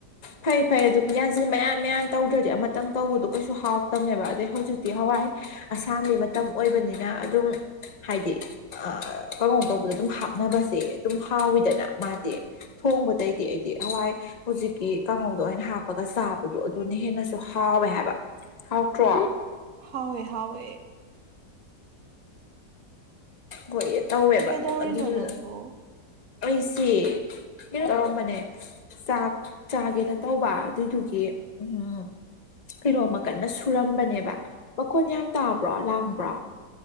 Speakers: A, on the left (about 35°); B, on the right (about 60°).
A: ꯐꯩ ꯐꯩ ꯑꯗꯨ ꯌꯥꯟꯁꯤꯟ ꯃꯌꯥꯟ ꯃꯌꯥꯟ ꯇꯧꯗ꯭ꯔꯗꯤ ꯑꯃꯇꯪ ꯇꯧꯕꯗꯣ ꯀꯩꯁꯨ ꯍꯥꯎꯇꯕꯅꯦꯕ ꯑꯗꯩ ꯍꯧꯖꯤꯛꯇꯤ ꯍꯋꯥꯏ ꯑꯁꯥꯝꯃꯤ ꯃꯇꯝ ꯑꯣꯏꯕꯅꯤꯅ ꯑꯗꯨꯝ ꯍꯥꯏꯗꯤ ꯑ ꯀꯪꯉꯧ ꯇꯧꯕꯗ ꯑꯗꯨꯝ ꯍꯥꯞꯅꯕꯁꯦ ꯑꯗꯨꯝ ꯍꯥꯎꯋꯤꯗꯅ ꯃꯥꯗꯤ ꯊꯣꯡꯕꯗꯩꯗꯤ ꯑꯩꯗꯤ ꯍꯋꯥꯏ ꯍꯧꯖꯤꯛ ꯒꯤ ꯀꯥꯡꯍꯧꯗ ꯑꯣꯏꯅ ꯍꯥꯞꯄꯒ ꯆꯥꯕꯗꯣ ꯑꯗꯨꯅ ꯍꯦꯟꯅꯁꯨ ꯍꯥꯎꯋꯦ ꯍꯥꯏꯕ ꯍꯥꯎꯇ꯭ꯔꯣ
B: ꯍꯥꯎꯋꯦ ꯍꯥꯎꯋꯦ
A: ꯍꯣꯏꯌꯦ ꯇꯧꯋꯦꯕ
B: ꯀꯩꯗꯧꯔꯤꯅꯣ
A: ꯑꯗꯨꯗꯨꯗ
B: ꯅꯪꯕꯨ
A: ꯑꯩꯁꯤ ꯀꯩ ꯇꯧꯔꯝꯕꯅꯦ ꯆꯥꯛ ꯆꯥꯒꯦꯅ ꯇꯧꯕ ꯑꯗꯨꯏꯗꯨꯒꯤ ꯎꯝ ꯀꯩꯅꯣꯝꯃ ꯀꯟꯅ ꯁꯨꯔꯝꯕꯅꯦꯕ ꯃꯈꯣꯟ ꯌꯥꯝ ꯇꯥꯕ꯭ꯔꯣ ꯂꯥꯡꯕ꯭ꯔꯣ